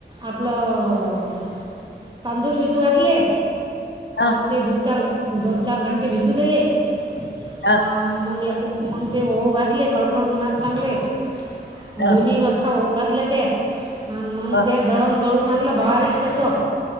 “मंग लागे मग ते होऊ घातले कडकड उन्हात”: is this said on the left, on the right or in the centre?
Right